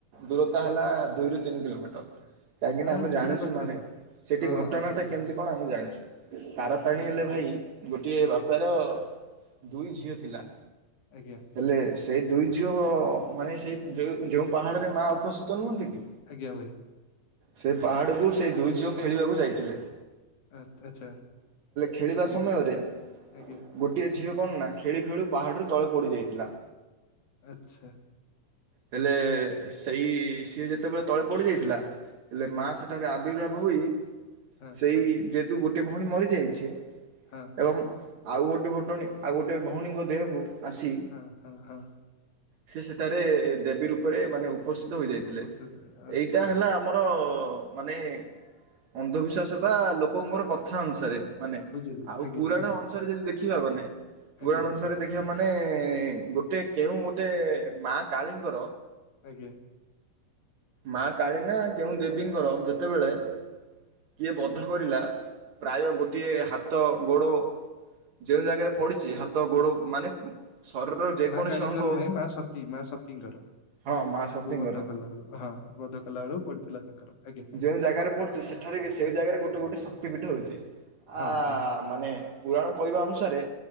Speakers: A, on the right (about 55°); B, on the left (about 55°).
A: ଦୂରତା
B: ଆଚ୍ଛା,
A: ହେଲା ଦୁଇରୁ ତିନି କିଲୋମିଟର କାହିଁକିନା
B: ଆ
A: ଆମେ ଜାଣିଛୁ
B: ପୁରା ପାଖ
A: ମାନେ
B: ତ
A: ସେଇଠି
B: ହଁ
A: ଘଟଣାଟା
B: ହଁ ହଁ
A: କେମିତି କଣ ଆମେ ଜାଣିଛୁ। ତାରାତାଣୀ
B: ଆଜ୍ଞା
A: ହେଲେ
B: ଆଜ୍ଞା
A: ଭାଇ ଗୋଟିଏ
B: ଆଜ୍ଞା
A: ବାପାର ଦୁଇ ଝିଅ ଥିଲା
B: ଆଜ୍ଞା
A: ହେଲେ ସେ ଦୁଇ ଝିଅ ମାନେ ସେଇ ଯେଉଁ ଯେଉଁ ପାହାଡ଼ରେ ମା ଉପସ୍ଥିତ ନୁହଁନ୍ତି କି
B: ଆଜ୍ଞା ଭାଇ।
A: ସେ ପାହାଡ଼କୁ ସେଇ ଦୁଇ ଝିଅ ଖେଳିବାକୁ ଯାଇଥିଲେ।
B: ଆ ଆଚ୍ଛା।
A: ଖେଳିବା
B: ଆଜ୍ଞା
A: ସମୟରେ
B: ଆଜ୍ଞା
A: ଗୋଟିଏ ଝିଅ ନାହିଁ। ଖେଳି ଖେଳୁ ପାହାଡ଼ିରୁ ତଳେ ପୋଡ଼ିଯାଇଥିଲା।
B: ଆଚ୍ଛା।
A: ହେଲେ ସେଇ ସିଏ ଯେତେବେଳେ ତଳେ ପଡ଼ିଯାଇଥିଲା ହେଲେ
B: ଆଜ୍ଞା
A: ମା ସେ ଠାରେ ଆବିର୍ଭାବ ହୋଇ
B: ହଁ
A: ସେଇ
B: ହଁ
A: ଯେହେତୁ ଗୋଟେ ଭଉଣୀ ମରିଯାଇଛି।
B: ହଁ।
A: ଏବଂ ଆଉ ଗୋଟେ ବଟଣି ଆଉ ଗୋଟେ ଭଉଣୀଙ୍କ ଦେହକୁ ଆସି
B: ହୁଁ ହୁଁ ହୁଁ।
A: ସେ ସେଠାରେ ଦେବୀ ରୂପରେ ମାନେ ଉପସ୍ଥିତ ହେଯାଇଥିଲେ
B: ଉପସ୍ଥିତ ଆଚ୍ଛା
A: ଏଇଟା ହେଲା ଆମର ମାନେ ଅନ୍ଧ ବିଶ୍ୟାସ ବା ଲୋକଙ୍କର କଥା ଅନୁସାରେ। ମାନେ
B: ବୁଝିଲି
A: ଆଉ
B: ଆଜ୍ଞା
A: ପୁରାଣ
B: ଆଜ୍ଞା
A: ଅନୁସାରେ ଯଦି ଦେଖିବା ମାନେ ପୁରାଣ
B: ଆଜ୍ଞା
A: ଅନୁସାରେ
B: ଆଜ୍ଞା
A: ରେ ଦେଖିବା ମାନେ ମାନେ ଗୋଟେ କେଉଁ ଗୋଟେ ମା କାଳୀଙ୍କର
B: ଆଜ୍ଞା।
A: ମା କାଳୀ ନା କେଉଁ ଦେବୀଙ୍କର ଯେତେବେଳେ କିଏ ବଧ କରିଲା ପ୍ରାୟ ଗୋଟିଏ ହାତ ଗୋଡ଼ ଯେଉଁ ଜାଗାରେ ପଡିଛି ହାତ ଗୋଡ ମାନେ ଶରୀରର ଯେକୌଣସି
B: ମା କାଳୀଙ୍କର
A: ଅଙ୍ଗ
B: ନାହିଁ ମା ସତୀ ମା ସତୀଙ୍କର
A: ହଁ ମା
B: ତାଙ୍କୁ
A: ସତିଙ୍କର
B: ବଧ କଲା ବେଳୁ ହଁ ବଧ କଲାବେଳକୁ ପଡିଥିଲା କଳେ। ଆଜ୍ଞା। ଆଜ୍ଞା
A: ଯେଉଁ ଜାଗାରେ ପଢ଼ୁଛି ସେଠାରେ କି ସେହି ଜାଗାରେ ଗୋଟେ ଗୋଟିଏ ଶକ୍ତିପୀଠ ହେଉଛି।
B: ହଁ
A: ଆ
B: ହଁ
A: ମାନେ ପୁରାଣ କହିବା ଅନୁସାରେ